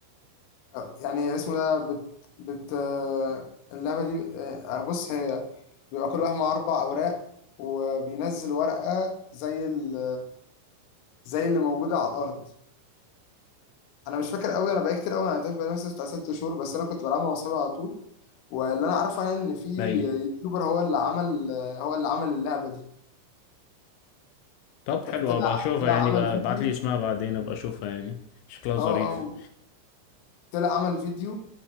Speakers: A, on the left; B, on the left.
A: آه، يعني اسمه ده بت بت آه، اللعبه دي آه، بص هي بيبقى كل واحد مع اربع اوراق وبينزل ورقه زي ال زي اللي موجوده على الارض انا مش فاكر قوي انا بقالي كتير قوي ما لعبتهاش بقالي مثلا بتاع ست شهور بس انا كنت بلعبها مع اصحابي على طول واللي انا عارفه يعني ان في
B: باين
A: يوتيوبر هو اللي عمل هو اللي عمل اللعبه دي
B: طب حلو
A: ط- طلع
B: ابقى اشوفها
A: طلع
B: يعني
A: عمل
B: بقى
A: فيديو
B: ابعت لي اسمها بعدين ابقى اشوفها يعني شكلها ظريف
A: اه اه طلع عمل فيديو